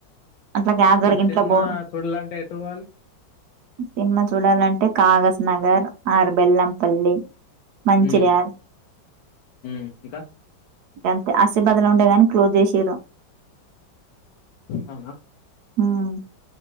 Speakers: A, on the right; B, on the left.
A: అట్లాగాదు
B: మీకు
A: ఇంట్లో
B: సినిమా
A: బోరు
B: చూడాలంటే ఎటు పోవాలి
A: సినిమా చూడాలంటే కాగస్ నగర్ ఆరుబెల్లంపల్లి మంచిర్యాల్
B: ఉమ్, ఉమ్. ఇంకా
A: గంతే ఆసిబాద్లో ఉండేదాని క్లోజ్ చేసిరు
B: అవున
A: ఉమ్